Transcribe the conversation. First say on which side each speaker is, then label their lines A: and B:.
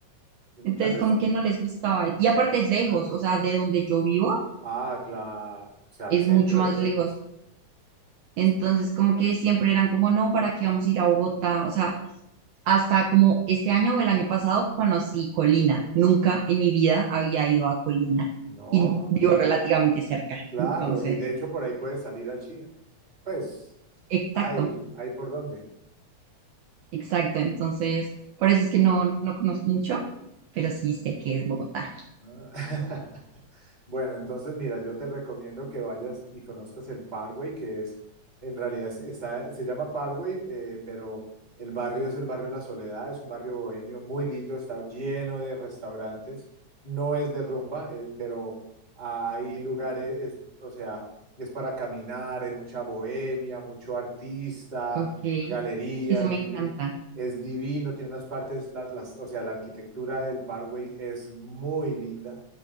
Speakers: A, on the right (about 15°); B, on the right (about 70°).
A: Mm,
B: Entonces
A: Tal vez
B: como que no les gustaba. Y aparte es lejos,
A: Claro.
B: o sea, de donde yo vivo, o
A: Ah, claro. O sea, al
B: es
A: centro
B: mucho más
A: es lejos.
B: lejos. Entonces,
A: Sí, por supuesto.
B: como que siempre eran como, no, ¿para qué vamos a ir a Bogotá? O sea, hasta como este año o el año pasado conocí Colina. Nunca en mi vida había ido a Colina
A: No,
B: y vivo relativamente cerca.
A: claro.
B: Entonces,
A: Y de hecho por ahí puedes salir a Chía. Pues,
B: exacto.
A: hay, hay por dónde.
B: Exacto, entonces, por eso es que no, no conozco mucho, pero sí sé que es Bogotá.
A: Ah. <laughs> Bueno, entonces mira, yo te recomiendo que vayas y conozcas el Parkway, que es, en realidad es- está, se llama Parkway, eh, pero el barrio es el barrio La Soledad, es un barrio bohemio muy lindo, está lleno de restaurantes, no es de rumba, eh, pero hay lugares, es- o sea, es para caminar, hay mucha bohemia, mucho artista,
B: Ok,
A: galerías,
B: eso me
A: bibliotecas.
B: encanta.
A: Es divino, tiene unas partes, las, las, o sea, la arquitectura del Parkway es muy linda.